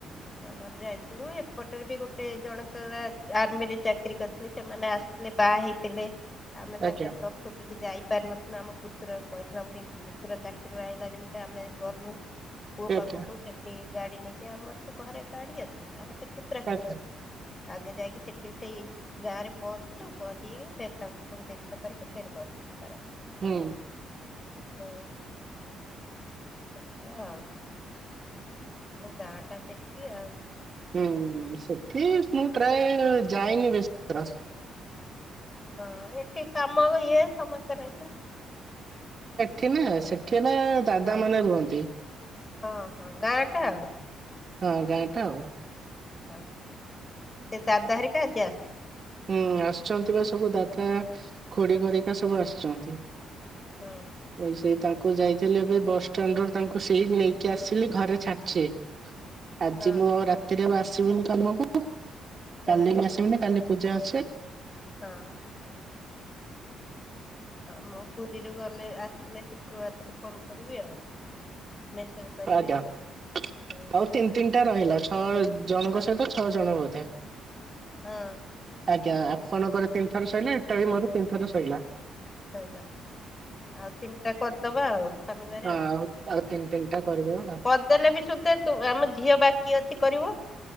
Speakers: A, on the left; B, on the right.
A: ଆମର ଯାଇଥିଲୁ, ଏପଟରେ ବି ଗୋଟେ ଜଣଙ୍କର ଆର୍ମି ରେ ଚାକିରି କରିଥିଲେ। ସେମାନେ ଆସିଥିଲେ ବାହା ହେଇଥିଲେ। ଆମେ
B: ଆଜ୍ଞା
A: ତାଙ୍କର ଚତୁର୍ଥୀକୁ ଯାଇ ପାର ନଥିଲୁ। ଆମ ପୁତୁର କହିଥିଲା ବୋଲି ପୁତୁରା ଚାକିରି ଆଇିଲା ଯେମିତି ଆମେ ଗଲୁ। ପୁଅ ପାଖକୁ
B: ଆଜ୍ଞା
A: ସେଠି ଗାଡି ନେଇକି। ଆମର ତ ଘରେ ଗାଡି ଅଛି। ଆମର ସେ ପୁତୁରା <unintelligible>
B: ଆଜ୍ଞା।
A: ଆଗେ ଯାଇକି ସେଠି ସେଇ ଗାଁରେ ପହଞ୍ଚିଲୁ ପହଞ୍ଚିକି ସେଇଠି ତାଙ୍କୁ ସବୁ ଦେଖା କରିକି, ଫେରେ ଗଲୁ ପାରାଦ୍ଵୀପ।
B: ହୁଁ।
A: ହୁଁ ଏମିତି ଆଉ। ଆମ ଗାଁ ଟା ସେଠି ଆଉ।
B: ହୁଁ ସେଠି ମୁଁ ପ୍ରାୟ ଯାଇନି ବେଶ୍ ରାସ୍
A: ହଁ ଏଠି କାମ ଇଏ ସମସ୍ତେ ରହିଲେ।
B: ଠି ନା ସେଠି ନା ଦାଦା
A: ହଁ।
B: ମାନେ ରୁହନ୍ତି।
A: ହଁ ହଁ ଗାଁ ଟା ଆଉ।
B: ହଁ ଗାଁ ଟା ଆଉ।
A: ଆଚ୍ଛା ସେ ଦାଦା ହେରିକା କେଆ
B: ହୁଁ ଆସୁଛନ୍ତି ବା ସବୁ ଦାଦା ଖୁଡି ଘରିକା ସବୁ ଆସୁଛନ୍ତି।
A: ହୁଁ
B: ଏଇ ସେଇ ତା ଙ୍କୁ ଯାଇଥିଲି ଏବେ ବସଷ୍ଟାଣ୍ଡରୁ ତାଙ୍କୁ ସେଇ ନେଇକି ଆସିଲି ଘରେ ଛାଡିଚି। ଆଜି
A: ହଁ
B: ମୁଁ ଆଉ ରାତିରେ ଆଉ ଆସିବିନି କାମକୁ
A: ହଁ
B: କାଲି ବି ଆସିବିନି କାଲି ପୂଜା ଅଛି।
A: ହଁ। ହଁ ମୁଁ ପୁରୀରୁ ଗଲେ ଆସିିଲେ ଶୁକ୍ରବାର ଦିନ ଫୋନ୍ କରିବି ଆଉ। ମେସେଜ କରିବି।
B: ଆଜ୍ଞା ଆଉ
A: ହଁ
B: ତିନି ତିନିଟା ରହିଲା ଛଅ ଜଣଙ୍କ
A: ଆ-
B: ସହିତ ଛଅ ଜଣ ବୋଧେ।
A: ହଁ।
B: ଆଜ୍ଞା ଆପଣଙ୍କର ତିନି ଥର ସଇଲା। ଏଟା ବି ମୋର ତିନି ଥର ସଇଲା।
A: ସଇଲା ଆଉ ତିନିଟା କରିଦବା ଆଉ ଶନିବାର
B: ହଁ
A: ଆଉ।
B: ଆଉ ତିନି ତିନିଟା କରିଦବା
A: କରିଦେଲେ ବି ସୁଦେ ତୁ ଆମ ଝିଅ ବାକି ଅଛି କରିବ।